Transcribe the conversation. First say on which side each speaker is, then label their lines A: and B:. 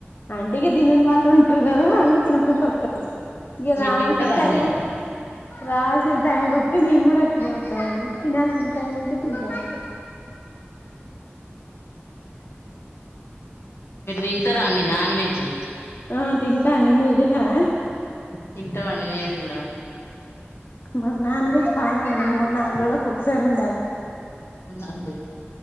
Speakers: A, on the left; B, on the left.
A: అంటిగా తినాని వాళ్ళు ఉంటారు కదా అళ్ళు తినకుండా వత్తరు ఇక రావలిసినా
B: మీరు తింటారా
A: టైమ్
B: అండి
A: రావాల్సిన టైమ్ వత్తె మేమ్ కూడా అట్నె వత్తం అండి తినాల్సిన టైమ్ ఉంటే తింటాం
B: మీరు తింటారా అండి నాన్ వెజి
A: ఆ తింటా అండి మీరు తిన్నారా
B: తింటాం అండి మేము కూడా
A: మాకు నాన్ వెజ్ పాణాం అండి మూడు నాలుగు రోజులకు ఒకసారి ఉండాలి
B: అవునా అండి